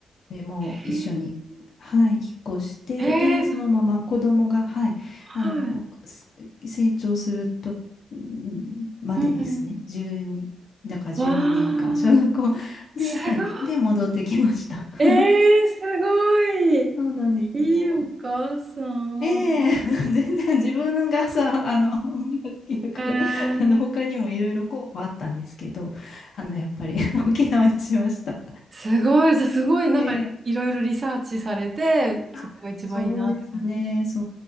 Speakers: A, on the left; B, on the right.
A: でもう一緒に、
B: い。え
A: はい、引っ越して、
B: ー、えー
A: で、そのまま子供が、はい、あの、
B: はい。
A: す成長すると、んまでですね、
B: うんうん。
A: 12、だから12年間、
B: わー。
A: 小学校で、
B: すごい。
A: はい、で、戻ってきました。<laughs>
B: えー、すごい。
A: そうなんですよ。
B: いいお母さん。
A: ええ <laughs> 全然自分がさ、あの、海が好きだから、
B: えー、
A: あの、他にもいろいろ候補あったんですけど、あの、やっぱり <laughs> 沖縄にしました。
B: すごい。じゃあすごい、なんかいろいろリサーチされて、
A: ええあ、
B: そこが一番いいなって感
A: そうですね。そう